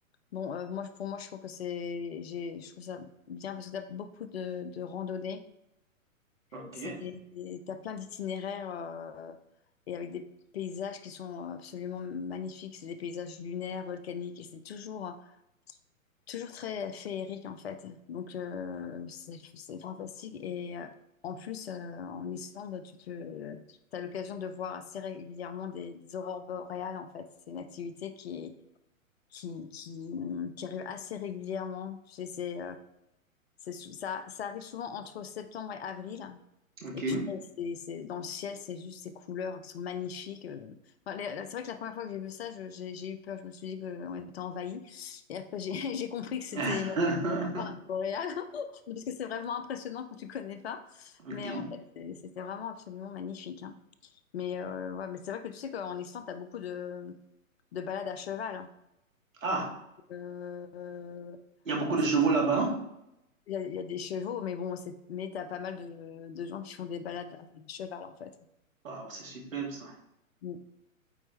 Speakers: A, on the left; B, on the right.
A: Bon, euh, moi, pour moi, je trouve que c'est, j'ai, je trouve ça bien parce que t'as beaucoup de, de randonnées.
B: OK,
A: C'est, t'as plein d'itinéraires euh, et avec des paysages qui sont absolument magnifiques. C'est des paysages lunaires, volcaniques et c'est toujours, toujours très féerique en fait. Donc euh, c'est c'est fantastique et euh, en plus euh, en Islande, tu peux, t'as l'occasion de voir assez régulièrement des, des aurores boréales en fait. C'est une activité qui est- qui, qui, qui arrive assez régulièrement. Tu sais, c'est, euh, c'est sou- ça, ça arrive souvent entre septembre et avril.
B: OK.
A: Et tu vois, c'est, c'est, dans le ciel, c'est juste ces couleurs qui sont magnifiques. euh. Enfin, les- la- c'est vrai que la première fois que j'ai vu ça, je- j'ai j'ai eu peur. Je me suis dit qu'on était envahi. Et après, j'ai <laughs> j'ai compris que c'était
B: <laughs>
A: une aurore boréale. <laughs> Parce que c'est vraiment impressionnant quand tu connais pas.
B: OK.
A: Mais en fait, c'est- c'était vraiment absolument magnifique. hein. Mais, euh, ouais, mais c'est vrai que tu sais qu'en Islande, tu as beaucoup de, de balades à cheval. hein.
B: Ah,
A: Euh,
B: Il y a beaucoup
A: bon,
B: de
A: c'est-
B: chevaux là-bas. hein?
A: il y, a il y a des chevaux, mais bon, c'est, mais tu as pas mal de, de gens qui font des balades à cheval, en fait.
B: Waouh, c'est superbe ça.
A: Mm.